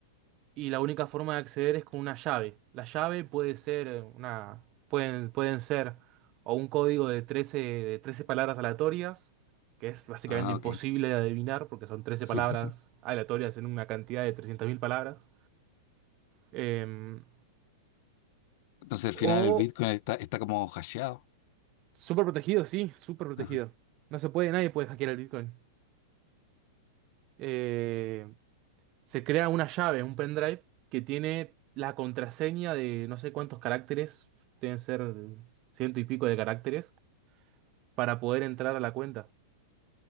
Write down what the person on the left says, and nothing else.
Ah,
ok.
Sí,
sí, sí.
Entonces al
final el Bitcoin está, está como hasheado.
Ajá.